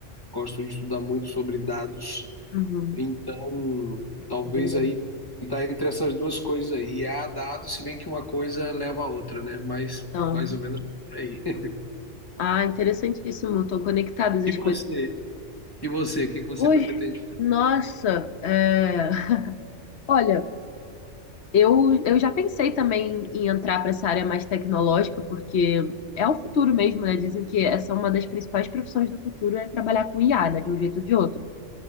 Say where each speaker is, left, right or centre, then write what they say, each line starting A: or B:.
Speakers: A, on the left; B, on the left.
A: gosto de estudar muito sobre dados.
B: uhum.
A: Então,
B: Big
A: talvez
B: data.
A: aí tá entre essas duas coisas aí. E Há dado, se bem que uma coisa leva a outra, né? Mas
B: Então,
A: mais ou menos por aí. <laughs>
B: ah, interessantíssimo. Estão conectadas as
A: E você?
B: coisas.
A: E você? O que que você
B: Ui,
A: pretende?
B: nossa, é... <laughs> Olha, Eu, eu já pensei também em entrar para essa área mais tecnológica, porque é o futuro mesmo, né? Dizem que essa é uma das principais profissões do futuro, é trabalhar com IA, né? De um jeito ou de outro.